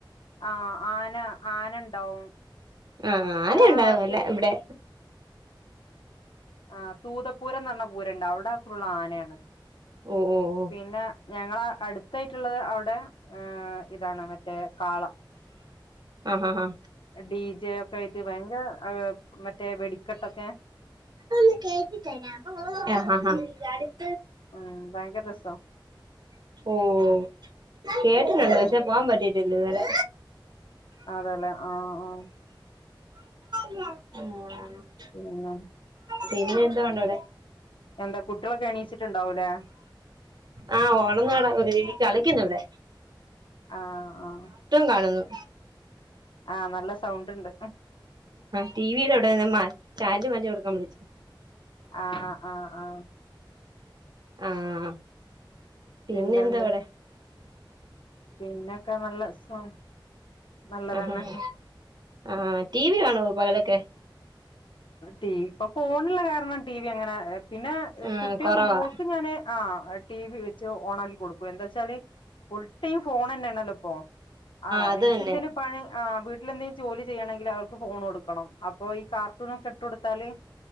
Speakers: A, on the left; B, on the right.
A: ആഹ് ആന ആന ഉണ്ടാവും
B: ആഹ് ആനയൊണ്ടാരുന്നല്ലേ
A: ഞങ്ങള ആ ഭാഗത്ത്
B: ഇവിടെ
A: ആഹ് തൂതപൂരംന്ന് പർനാ പൂരണ്ട് അവ്ട ഫുള്ളാനെയാണ്
B: ഉം ഉം ഉം
A: പിന്നെ ഞങ്ങള അടുത്തായിട്ടുള്ളത് അവിടെ ഹ് ഇതാണ് മറ്റേ കാള
B: ആ ഹാ ഹാ
A: ഡി ജെ ഒക്കെ ആയിട്ട് ഭയങ്കര അതു മറ്റേ വെടിക്കെട്ടൊക്കെ
B: ആഹ് ആഹ് ആഹ്
A: ഉം ഭയങ്കര രസാ
B: ഓഹ് കേട്ട്ട്ട്ണ്ട്
A: ഉം
B: പക്ഷേ പോവാപറ്റിട്ടില്ലത്വരെ
A: അതെല്ലേ ആഹ് ആഹ്
B: <inaudible>
A: <unintelligible>
B: പിന്നെ എന്തോഉണ്ടവടെ
A: എന്താ കുട്ട്യളൊക്കെ എണീച്ചിട്ടുണ്ടാവൂലേ
B: ആഹ് <unintelligible> കളിക്കുന്നിവിടെ
A: ആഹ് ആഹ്
B: കാണുന്നു
A: ആഹ് നല്ല സൗണ്ട് ഇണ്ട്
B: ടി വിടെ വടെ <unintelligible> ചാനല്മാറ്റികൊടുക്കാ വിളിച്ച
A: ആഹ് ആഹ് ആഹ്
B: ആഹ് പിന്നെ
A: പിന്നെന്ത്
B: എന്താ അവടെ?
A: പിന്നൊക്കെ നല്ല <unintelligible> നല്ലതാണ്.
B: ആഹ് ആഹ് ആഹ് ടി. വി കാണോ പകലൊക്കെ?
A: ടി വി ഇപ്പൊ ഫോണ്ള്ള കാരണം ടി വി അങ്ങനെ പിന്നെ
B: ആഹ്
A: കുട്ടേൾക്ക്
B: കൊറവാ
A: മോൾക്ക് ഞാന്. ആഹ് ടി വി വെച്ച് ഓണാക്കി കൊടുക്കും എന്താച്ചാല് ഫുൾ ടൈം ഫോൺന്നെണല്ലോ ഇപ്പോ. ആഹ്
B: അത്
A: എനിക്കന്തേലും
B: തന്നെ
A: പണി ആഹ് വീട്ടിലെന്തെലും ജോലി ചെയ്യണെങ്കില് അവൾ ക്ക് ഫോണോടുക്കണം അപ്പൊ ഈ കാർട്ടൂണൊക്കെ ഇട്ടൊടുത്താല്.